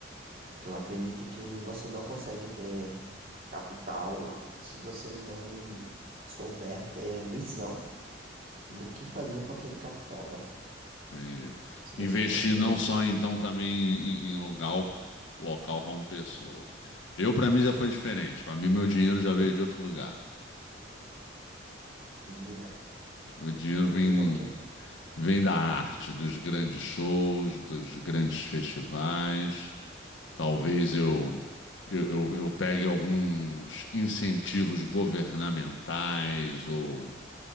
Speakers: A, on the right; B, on the left.
A: Porque eu acredito que você não consegue ter capital se você não souber ter visão do que fazer com aquele capital, né?
B: Entendi.
A: Se você
B: Investir
A: não tivesse.
B: não só então também em, em local, local como pessoa. Eu, para mim, já foi diferente. Para mim, meu dinheiro já veio de outro lugar.
A: Me diga.
B: Meu dinheiro
A: Me
B: vem,
A: diga o quê?
B: vem da arte, dos grandes shows, dos grandes festivais. Talvez eu, eu, eu, eu pegue alguns incentivos governamentais ou